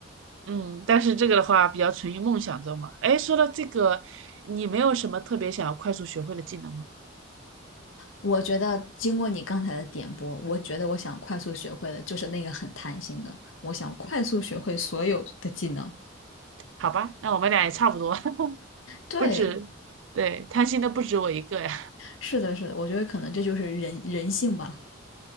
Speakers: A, on the right; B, on the left.
A: 嗯，但是这个的话比较存于梦想中嘛。哎，说到这个，你没有什么特别想要快速学会的技能吗？
B: 我觉得经过你刚才的点拨，我觉得我想快速学会的就是那个很贪心的，我想快速学会所有的技能。
A: 好吧，那我们俩也差不多，<laughs>
B: 对，
A: 不止，对，贪心的不止我一个呀。
B: 是的，是的，我觉得可能这就是人人性吧。